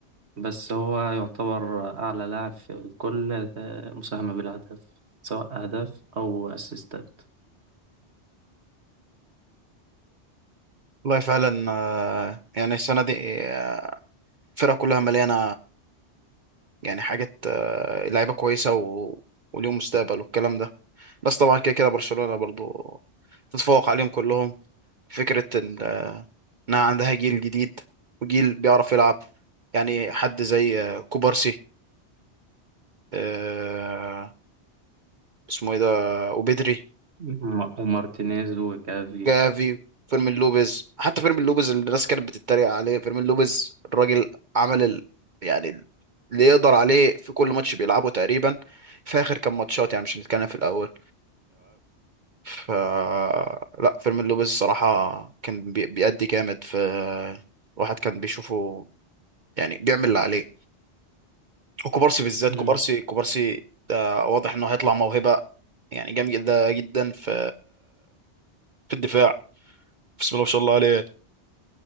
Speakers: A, on the right (about 70°); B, on the right (about 50°).
A: بس هو يعتبر أعلى لاعب في الكل آه، مساهمة بالأهداف سواء أهداف أو أسيستات
B: والله فعلا آه، يعني السنة دي آه، الفرقة كلها مليانة يعني حاجات آه، لعيبه كويسه و... وليهم مستقبل والكلام ده بس طبعا كده كده برشلونه برضو تتفوق عليهم كلهم فكره إن- انها عندها جيل جديد وجيل بيعرف يلعب يعني حد زي آه، كوبارسي آه، اسمه ايه ده وبدري
A: وم- ومارتينيز وجافي
B: جافي فيرمين لوبيز حتى فيرمين لوبيز اللي الناس كانت بتتريق عليه فيرمين لوبيز الراجل عمل ال... يعني اللي يقدر عليه في كل ماتش بيلعبه تقريبا في اخر كام ماتشات يعني مش هنتكلم في الاول ف لا فيلم لوبيز الصراحة كان بي- بيأدي جامد في الواحد كان بيشوفه يعني بيعمل اللي عليه وكوبارسي بالذات
A: مم.
B: كوبارسي كوبارسي ده واضح انه هيطلع موهبة يعني جامدة جدا في في الدفاع بسم الله ما شاء الله عليه يعني